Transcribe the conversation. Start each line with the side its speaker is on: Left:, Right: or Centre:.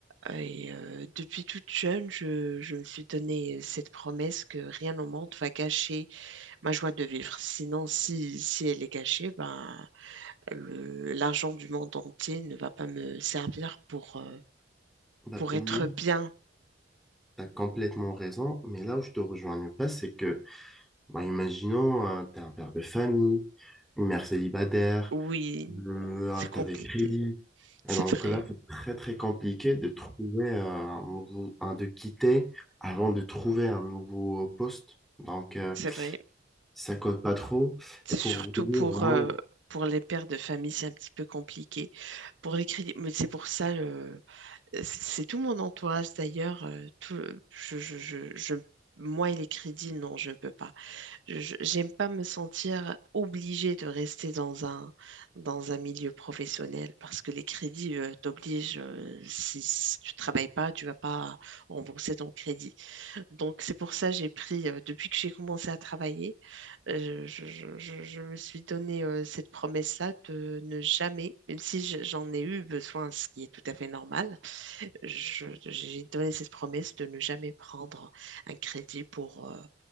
Right: Euh, Et euh, depuis toute jeune, je, je me suis donné cette promesse que rien au monde va gâcher ma joie de vivre. Sinon, si, si elle est gâchée, ben, le- l'argent du monde entier ne va pas me servir pour, euh,
Centre: Bah,
Right: pour
Centre: oui,
Right: être bien.
Centre: tu as complètement raison, mais là où je te rejoins pas, c'est que, bah, imaginons, tu es un père de famille, une mère célibataire,
Right: Oui,
Centre: euh,
Right: c'est
Centre: tu
Right: compliqué.
Centre: as des crédits.
Right: C'est
Centre: Et donc
Right: vrai,
Centre: là, c'est très très compliqué de trouver euh, un nouveau, un- de quitter avant de trouver un nouveau poste. Donc, euh,
Right: c'est vrai.
Centre: Si Ça cote pas trop.
Right: C'est
Centre: Et pour
Right: surtout
Centre: rouler,
Right: pour,
Centre: vraiment,
Right: euh, pour les pères de famille, c'est un petit peu compliqué. Pour les crédits, mais c'est pour ça. euh, C'est tout mon entourage d'ailleurs. euh, tout, je, je, je, je- moi et les crédits, non, je ne peux pas. Je, je- j'aime pas me sentir obligée de rester dans un, dans un milieu professionnel parce que les crédits euh, t'obligent. euh, si, si tu travailles pas, tu vas pas rembourser ton crédit. Donc c'est pour ça que j'ai pris, euh, depuis que j'ai commencé à travailler, euh, je, je, je, je me suis donné euh, cette promesse-là de ne jamais, même si je- j'en ai eu besoin, ce qui est tout à fait normal je- j'ai donné cette promesse de ne jamais prendre un crédit pour, euh,